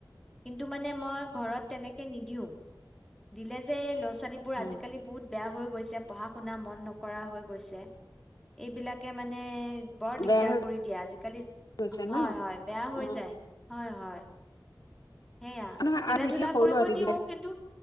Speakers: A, in the centre; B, on the left.
A: কিন্তু মানে মই ঘৰত তেনেকে নিদিও দিলে যে এই ল' লৰা ছোৱালীবোৰ
B: অ
A: আজিকালি বহুত বেয়া হৈ গৈছে পঢ়া শুনা মন নক হৈ গৈছে এইবিলাকে মানে বৰ দিগদাৰ
B: বেয়া হৈ
A: কৰি দিয়ে আজিকালি
B: গৈছে
A: হয়
B: ন
A: হয় বেয়া
B: অ
A: হৈ যায় হয় হয় <inaudible> সেয়া
B: নহয়
A: খেলা
B: আৰু দেখিলে
A: ধূলা
B: সৰু
A: কৰিব
B: ল'ৰা ছোৱালী
A: দিও
B: যিলাক
A: কিন্তু